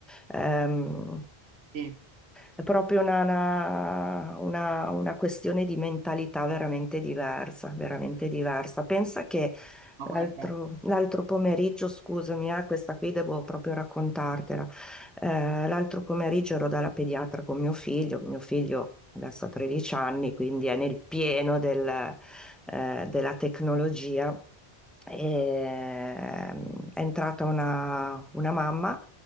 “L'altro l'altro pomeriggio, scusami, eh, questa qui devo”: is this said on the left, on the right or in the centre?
Centre